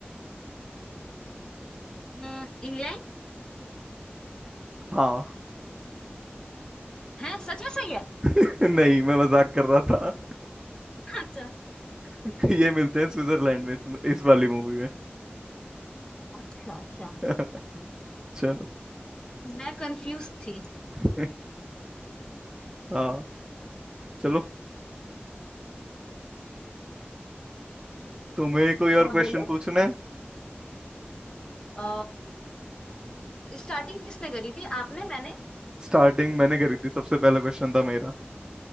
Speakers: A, on the left; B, on the right.
A: हम्म, इंग्लैंड
B: हाँ
A: है सच में सही है
B: <laughs> नहीं मैं मजाक कर रहा था
A: अच्छा
B: <laughs> ये मिलते हैं स्विट्जरलैंड में इस, इस वाली मूवी में
A: अच्छा अच्छा
B: <laughs> चलो
A: मैं कंफ्यूज थी
B: <laughs> हाँ चलो तुम्हें कोई और
A: हाँ
B: क्वेश्चन
A: बोलो
B: पूछना है
A: अ स्टार्टिंग किसने करी थी आपने मैंने
B: स्टार्टिंग मैंने करी थी सबसे पहला क्वेश्चन था मेरा